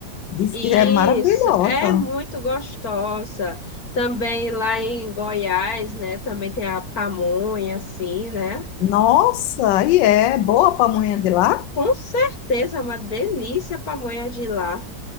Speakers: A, on the left (about 80°); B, on the left (about 55°).
A: Diz
B: Isso,
A: que é maravilhosa.
B: é muito gostosa. Também lá em Goiás, né? Também tem a pamonha, assim, né?
A: Nossa, e é boa a pamonha de lá?
B: Com certeza, é uma delícia a pamonha de lá.